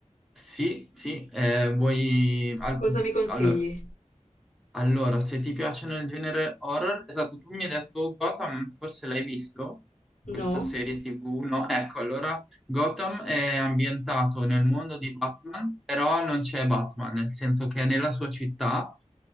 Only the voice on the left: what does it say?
Cosa mi consigli?
no?